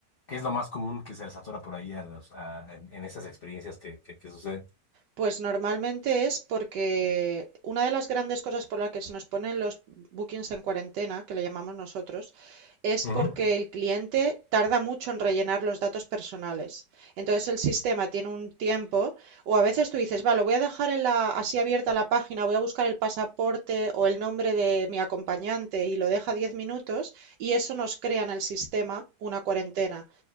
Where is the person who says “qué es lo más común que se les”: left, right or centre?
Left